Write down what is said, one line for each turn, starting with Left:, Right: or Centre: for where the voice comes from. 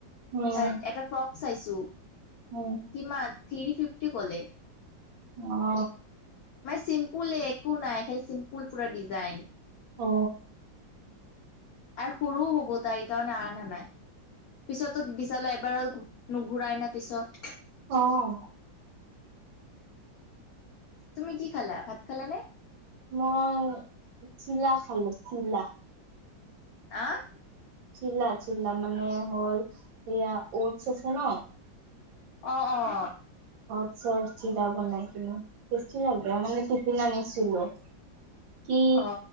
Right: উম,
Left: এ এটা ফক। চাইছোঁ।
Right: উম,
Left: কিমান? থ্ৰী ফিফটি কলে।
Right: অ।
Left: মা চিম্পুলে একো নাই সেই চিম্পুল পুৰা ডিজাইন।
Right: অ।
Left: আৰু সৰুও হ'ব তাই কাৰণে অনা নাই। পিছতোত বিচালে এবাৰ নুঘূৰাই না পিছত।
Right: অহ!
Left: তুমি কি খালা? ভাত খালা নে?
Right: মই চিলা খালো চিলা।
Left: আহ?
Right: চিলা, চিল্লা মানে হ'ল ইয়া অতচ আছে ন।
Left: অ অ।
Right: অতচৰ চিলা বনাই কিনে। টেষ্টি লাগে, মানে টিফিন আনিছিলো। কি?
Left: অ